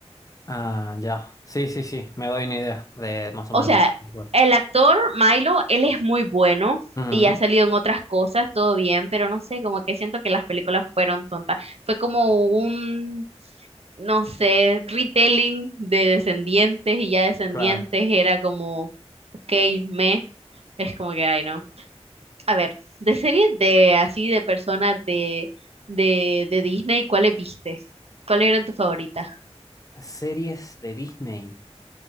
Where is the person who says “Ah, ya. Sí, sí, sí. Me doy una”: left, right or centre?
Left